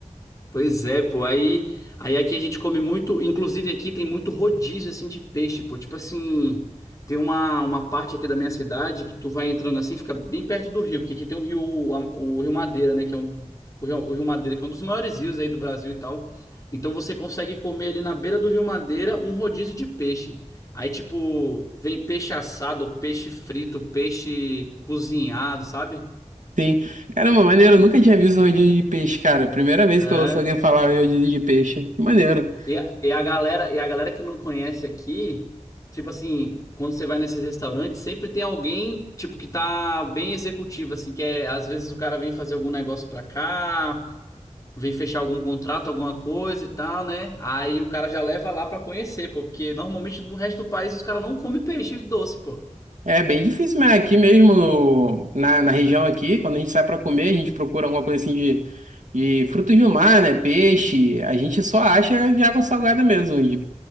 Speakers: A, on the left; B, on the right.
A: Pois é, pô. Aí, aí aqui a gente come muito. Inclusive aqui tem muito rodízio assim de peixe, pô. Tipo assim, tem uma, uma parte aqui da minha cidade que tu vai entrando assim, fica bem perto do rio, porque aqui tem o rio, o Rio Madeira, né? Que é um, o Rio, o Rio Madeira, que é um dos maiores rios aí do Brasil e tal. Então você consegue comer ali na beira do Rio Madeira um rodízio de peixe. Aí, tipo, vem peixe assado, peixe frito, peixe cozinhado, sabe?
B: Sim. Caramba, maneiro. Eu nunca tinha visto um rodízio de peixe, cara. Primeira vez
A: É.
B: que eu ouço alguém falar em rodízio de peixe. Que maneiro.
A: E a, e a galera, e a galera que não conhece aqui, tipo assim, quando você vai nesses restaurantes, sempre tem alguém, tipo, que tá bem executivo, assim, que é, às vezes o cara vem fazer algum negócio pra cá, vem fechar algum contrato, alguma coisa e tal, né? Aí o cara já leva lá pra conhecer, pô, porque normalmente no resto do país os caras não comem peixe doce, pô.
B: É bem difícil, mas aqui mesmo, no- na, na região aqui, quando a gente sai para comer, a gente procura alguma coisa assim de, de frutos do mar, né? Peixe, a gente só acha de água salgada mesmo. De,